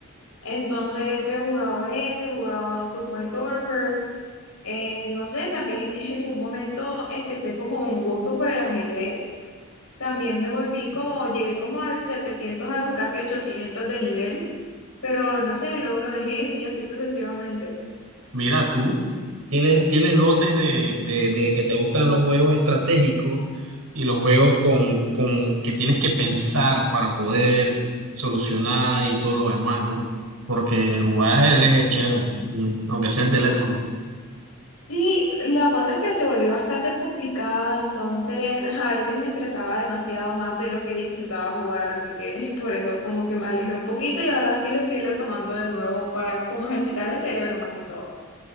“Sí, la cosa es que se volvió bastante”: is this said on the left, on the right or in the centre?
Left